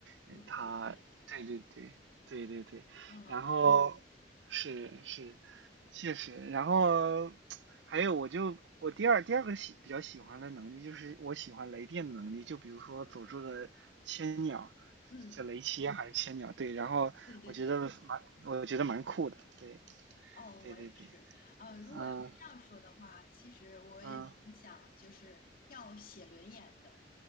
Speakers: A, on the left; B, on the right.
A: 哦，
B: 嗯他，
A: 明白明白。
B: 对对对对对对，
A: 哦，
B: 然后是是，
A: 是
B: 确实，然后还有我就我第二第二个喜比较喜欢的能力就是我喜欢雷电的能力，就比如说佐助的千鸟，
A: 嗯，
B: 叫雷切还是千鸟，对，然后我觉得蛮我觉得蛮酷的，
A: 对对对。
B: 对
A: 哦，
B: 对对对，
A: 我也是。呃，如果要是这样说的话，
B: 嗯
A: 其实我也挺想就是要写轮眼的。
B: 嗯